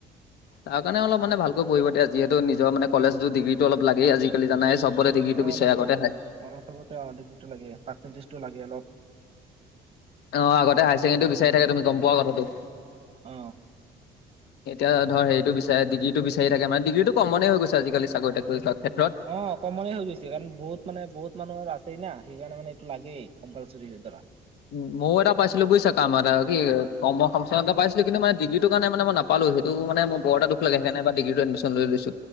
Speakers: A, on the left (about 75°); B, on the right (about 35°).
A: তাৰ কাৰণে অলপ মানে ভালকৈ পঢ়িব দিয়ে যিহেতু নিজৰ মানে কলেজো, ডিগ্ৰীটো অলপ লাগেই আজিকালি জানাই চব। বতে ডিগ্ৰিটো
B: অ
A: বিচাৰে
B: লাগে
A: আগতে
B: লাগে
A: হাই
B: অ চবতে অধিপিটো লাগে, পাৰ্চেণ্টেজটো লাগে অলপ
A: অ আগতে হায়াৰছেকেণ্ডৰী বিচাৰি থাকে তুমি গম পোৱা কথাটো।
B: অ।
A: <inaudible> এতিয়া ধৰ হেৰিটো বিচাৰে ডিগ্ৰীটো বিচাৰি থাকে মানে ডিগ্ৰিটো কমনে হৈ গৈছে আজিকালি চাকৰি - তাকৰি কৰা ক্ষেত্ৰত।
B: অ কমনে হৈ গৈছে কাৰণ বহুত মানে বহুত মানুহৰ আছেই না সেইকাৰণে মানে এইটো লাগেই কম্পালচৰি ধৰা।
A: উম ময়ও এটা পাইছিলো বুজিছা কাম এটা কি কৰ্ম সং এটা পাইছিলো কিন্তু মানে ডিগ্ৰীটো কাৰণে মানে মই নাপ পালো সেইটো মানে মই বৰ এটা দুখ লাগে সেইকাৰণে ডিগ্ৰিতো এডমীশন লৈ লৈছো।